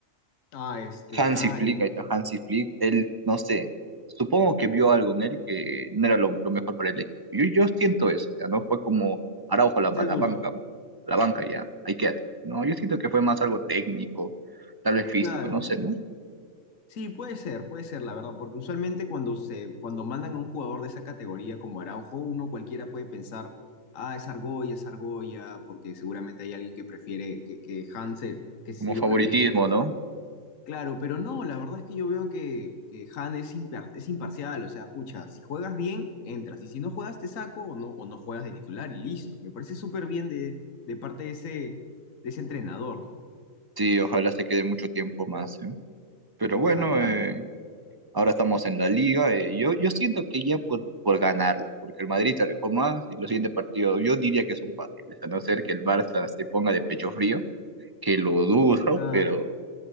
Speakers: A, on the left (about 75°); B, on the right (about 25°).
A: ah, este,
B: Hansi
A: ay,
B: Flick, ahí está Hansi Flick, él, no sé, supongo que vio algo en él que no era lo, lo mejor para el equipo. Yo, yo siento eso, o sea, no fue como Araujo a la,
A: seguro,
B: a la banca, a la banca ya, ahí quédate. No, yo siento que fue más algo técnico, tal vez físico,
A: claro.
B: no sé, ¿no?
A: Sí, puede ser, puede ser, la verdad, porque usualmente cuando se, cuando mandan a un jugador de esa categoría como Araujo, uno cualquiera puede pensar, ah, es Argolla, es Argolla, porque seguramente hay alguien que prefiere, que, que Han se- que sí
B: Como
A: lo
B: favoritismo,
A: prefiere.
B: ¿no?
A: Claro, pero no, la verdad es que yo veo que, que Han es, impar- es imparcial, o sea, pucha, si juegas bien, entras, y si no juegas, te saco o no, o no juegas de titular y listo. Me parece súper bien de, de parte de ese, de ese entrenador, ¿no?
B: Sí, ojalá se quede mucho tiempo más, ¿eh? Pero bueno,
A: Ojalá.
B: eh, ahora estamos en la liga. eh, yo, yo siento que ya por, por ganarla, porque el Madrid se alejó más y los siguientes partidos yo diría que son fáciles, a no ser que el Barça se ponga de pecho frío que lo dudo,
A: Nada,
B: <laughs> pero,